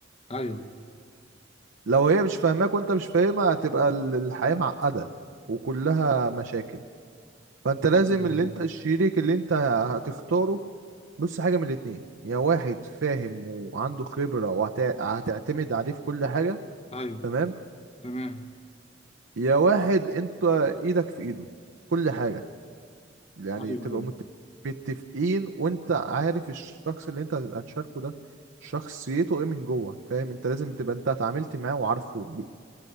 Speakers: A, on the left (about 35°); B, on the right (about 75°).
A: ايوه
B: لو هي مش فاهماك وانت مش فاهمها هتبقى ال- الحياه معقده وكلها مشاكل فانت لازم
A: بالظبط
B: اللي انت الشريك اللي انت هتختاره بص حاجه من الاتنين يا واحد فاهم وعنده خبره وهتعتمد عليه في كل حاجه
A: ايوه
B: تمام
A: تمام
B: يا واحد انت ايدك في ايده في كل حاجه يعني
A: ايوه
B: تبقى
A: ايوه
B: مت- متفقين وانت عارف الشخص اللي انت هتبقى تشاركه ده شخصيته ايه من جوه فاهم انت لازم تبقى انت اتعاملت معاه وعارفه ب-